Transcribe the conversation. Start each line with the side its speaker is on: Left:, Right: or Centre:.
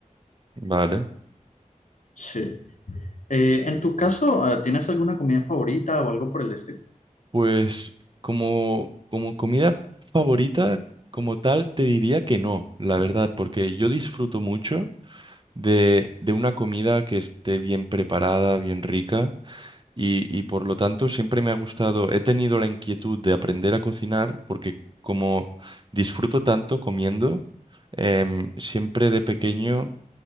Right: Vale.
Left: Sí. Eh, en tu caso, eh, ¿tienes alguna comida favorita o algo por el estilo?
Right: Pues como, como comida favorita, como tal, te diría que no, la verdad, porque yo disfruto mucho de, de una comida que esté bien preparada, bien rica. Y, y por lo tanto siempre me ha gustado, he tenido la inquietud de aprender a cocinar porque como disfruto tanto comiendo, em, siempre de pequeño